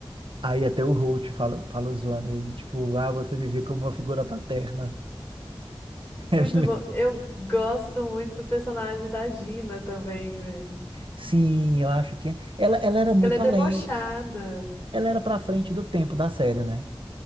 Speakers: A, on the right; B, on the left.
A: Aí até o Holt fala, fala zoando ele, tipo, ah, você me vê como uma figura paterna. <laughs>
B: Muito bom. Eu gosto muito do personagem da Gina também, velho.
A: Sim, eu acho que é. Ela, ela era muito
B: Ela é debochada.
A: além, ela era pra frente do tempo da série, né?